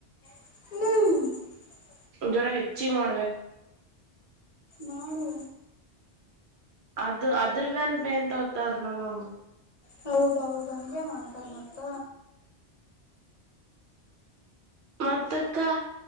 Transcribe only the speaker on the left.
ಹ್ಮ್
ಮಾಡು
ಹೌದೌದು ಹಂಗಗೆ ಮಾಡ್ತಾರೆ ಮತ್ತ